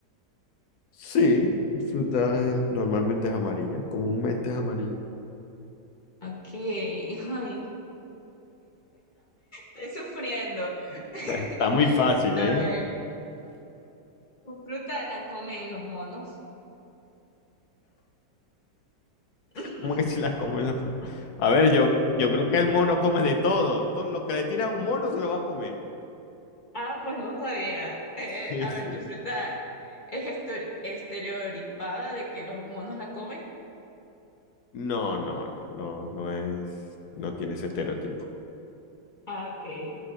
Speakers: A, on the left; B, on the left.
A: Sí, fruta eh, normalmente es amarilla, comúnmente es amarilla.
B: Ok, <laughs> ay. Estoy sufriendo. <laughs>
A: Está muy fácil,
B: A
A: ¿eh?
B: ver, ¿tu fruta la comen los monos? <laughs>
A: ¿Cómo que si las comen los... A ver, yo, yo creo que el mono come de todo. Todo lo que le tira a un mono se lo va a comer.
B: Ah, pues no sabía. Eh,
A: Sí,
B: a
A: sí.
B: ver, ¿tu fruta es estor- estereotipada de que los monos la comen?
A: No, no, no, no, no es... No tiene ese estereotipo.
B: Ah, ok.